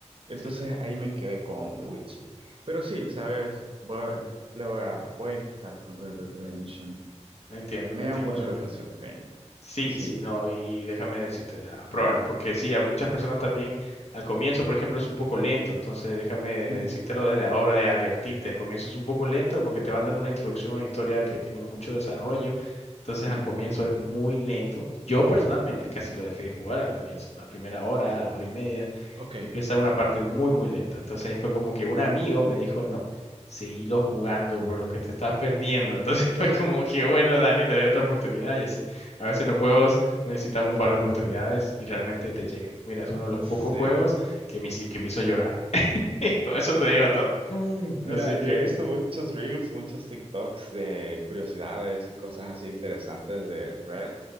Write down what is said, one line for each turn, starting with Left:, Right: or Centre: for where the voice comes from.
Right: Entonces
Left: sí.
Right: ahí me quedé con The Witcher. Pero sí, sabes, voy, le voy a, voy a intentar con Red Dead Redemption.
Left: Entiendo,
Right: Me
Left: entiendo,
Right: llama mucho
Left: me imagino.
Right: la atención también.
Left: Sí,
Right: Sí.
Left: sí, no, y déjame decirte, ah, pruébalo, porque sí, a muchas personas también al comienzo, por ejemplo, es un poco lento, entonces déjame
Right: <laughs>
Left: decírtelo
Right: Ujú,
Left: desde ahora, de advertirte, al comienzo es un poco lento porque te van dando una introducción a una historia que tiene mucho desarrollo, entonces
Right: ujú.
Left: al comienzo es muy lento. Yo personalmente casi lo dejé de jugar al comienzo, la primera hora, hora y media
Right: Ok.
Left: empieza una parte muy, muy lenta. Entonces ahí fue como que un amigo me dijo, no, seguilo jugando, bro, lo que te estás perdiendo. Entonces <laughs> fue
Right: <laughs>
Left: como que, bueno, dale, le doy otra oportunidad y así. A veces los juegos necesitan un par de oportunidades y realmente te llegan. Mira, es uno de los
Right: Sí.
Left: pocos juegos que me, hici- que me hizo llorar. <laughs> Y con eso te digo todo. <laughs> Así
Right: Mira,
Left: que,
Right: yo he visto muchos reels, muchos TikToks de curiosidades y cosas así interesantes de Red,